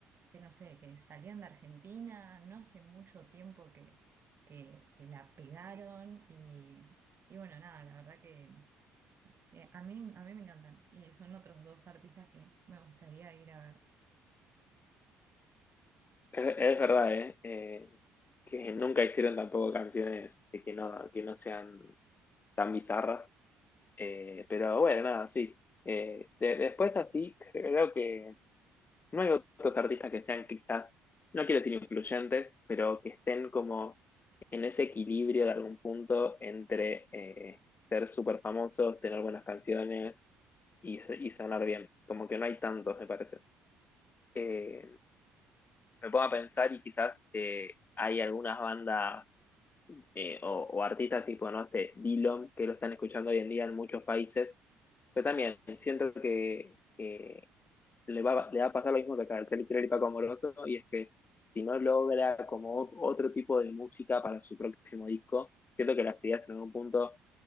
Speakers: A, on the right (about 40°); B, on the left (about 30°).
A: que no sé, que salían de Argentina, no hace mucho tiempo que, que, que la pegaron y, y bueno, nada, la verdad que, que a mí, a mí me encantan y son otros dos artistas que me gustaría ir a ver.
B: Es, es verdad, ¿eh? Eh, que nunca hicieron tampoco canciones de que no, que no sean tan bizarras. Eh, pero bueno, nada, sí. Eh, de- después así, creo que no hay otros artistas que sean quizás, no quiero decir influyentes, pero que estén como en ese equilibrio de algún punto entre eh, ser súper famosos, tener buenas canciones y, se- y sonar bien. Como que no hay tantos, me parece. Eh, me pongo a pensar y quizás eh, hay algunas bandas eh, o, o, artistas tipo, no sé, Dillom que lo están escuchando hoy en día en muchos países, pero también siento que, que le, va, le va a pasar lo mismo que a el y Paco Amoroso, y es que si no logra como otro tipo de música para su próximo disco, siento que las ideas en un punto